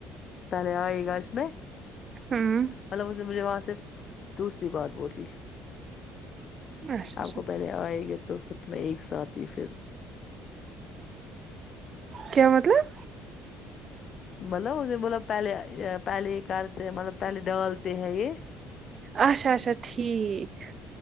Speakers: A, on the left (about 50°); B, on the right (about 40°).
A: پہلے آئیے گا اس میں
B: ہوں
A: مطلب اس نے مجھے وہاں سے دوسری بات بولی
B: اچھا اچھا
A: آپ کو پہلے آئے گے تو میں ایک ساتھ ہی پھر
B: کیا مطلب
A: مطلب اس مطلب پہلے پہلے یہ کرتے مطلب پہلے ڈالتے ہیں یہ
B: اچھا اچھا ٹھیک